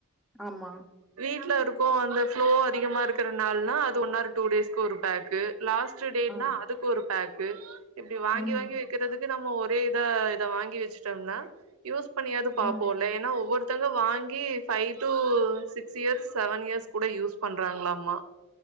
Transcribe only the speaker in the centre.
ஆமா
ஆ.
ம்.
ம்.